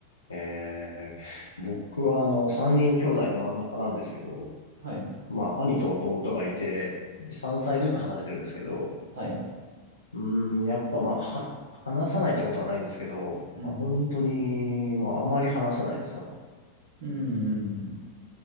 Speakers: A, on the left; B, on the right.
A: えー、僕はあの、三人兄弟で真ん中なんですけど、
B: はい。
A: まあ、兄と弟がいて、で、3歳ずつ離れてるんですけど、
B: はい。
A: うん、やっぱまあ、は、話さないってことはないんですけど、
B: うん。
A: まあ、本当に、まあ、あまり話さないですね。
B: うん、うんうん。